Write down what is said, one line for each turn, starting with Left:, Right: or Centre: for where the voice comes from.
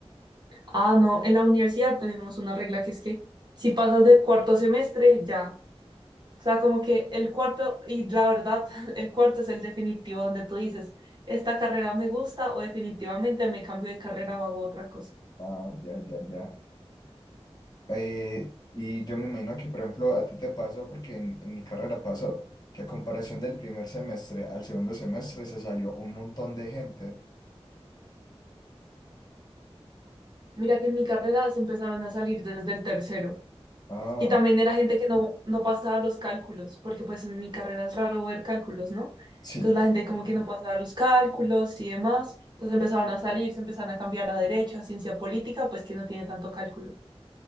Right: Ah, no, en la universidad tenemos una regla que es que si pasas de cuarto semestre, ya. O sea, como que el cuarto, y la verdad, <laughs> el cuarto es el definitivo donde tú dices, esta carrera me gusta o definitivamente me cambio de carrera o hago otra cosa.
Left: Ah, ya, ya, ya. Eh, y yo me imagino que, por ejemplo, a ti te pasó, porque en, en mi carrera pasó, que a comparación del primer semestre al segundo semestre se salió un montón de gente.
Right: Mira que en mi carrera se empezaron a salir desde el tercero.
Left: Ah,
Right: Y también era gente que no, no pasaba los cálculos, porque pues en mi carrera es raro ver cálculos, ¿no?
Left: sí,
Right: Entonces la gente como que no pasaba los cálculos y demás. Entonces empezaban a salir, se empezaban a cambiar a derecho, a ciencia política, pues que no tiene tanto cálculo.